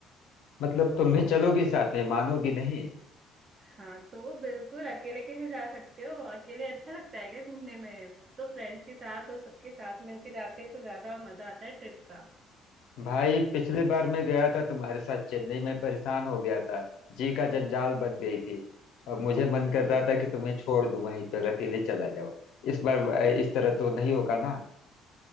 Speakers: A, on the left; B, on the right.
A: मतलब तुम भी चलोगी साथ में मानोगी नहीं
B: हाँ तो बिल्कुल अकेले कैसे जा सकते हो अकेले अच्छा लगता है क्या घूमने में तो फ्रेंड्स के साथ और सबके साथ मिलके जाते हैं तो ज्यादा मजा आता है ट्रिप का
A: भाई पिछली बार मैं गया था तुम्हारे साथ चेन्नई में परेशान हो गया था जी का जंजाल बन गई थी और मुझे मन कर रहा था कि तुम्हें छोड़ दूं वहीं पर अकेले चला जाओ इस बार इस तरह तो नहीं होगा ना